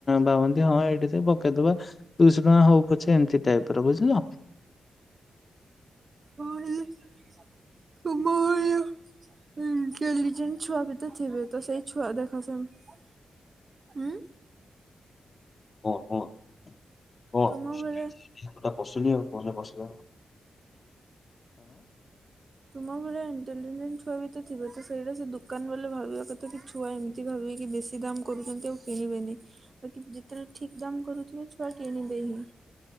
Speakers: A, on the left; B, on the right.
A: ଭାବନ୍ତି ହଁ ଏଠି ସେ ପ କେଦବା ଦୁଇଶହ ଟଙ୍କା ହଉ ପଛେ ଏମତି ଟାଇପ ର ବୁଝିଲ।
B: <unintelligible> ଇଣ୍ଟେଲିଯେନ୍ଟ ଛୁଆ କେତେ ଥିବେ ତ ସେଇ ଛୁଆ ଦେଖ ସେମ ଉଁ।
A: କଁ କଁ କଣ କଣ
B: ତୁମ ବେଳେ
A: ହାତ ଟା ପଶୁନେଇଁ <inaudible>
B: ତୁମ ଭଳିଆ ଇଣ୍ଟେଲିଜେଣ୍ଟ ଛୁଆ ବିିତ ତ ଥିବେ। ତ ସେଇଟା ସେ ଦୋକାନ ବାଲା ଭାବିବା କଥା କି ଛୁଆ ଏମ୍ତି ଭାବିବେ କି ବେଶୀ ଦାମ୍ କରୁଚନ୍ତି ଆଉ କିଣିବେନି। ବାକି ଯେତେବେଳେ ଠିକ୍ ଦାମ୍ କରୁଥିବେ ଛୁଆ କିଣିବେ ହିଁ।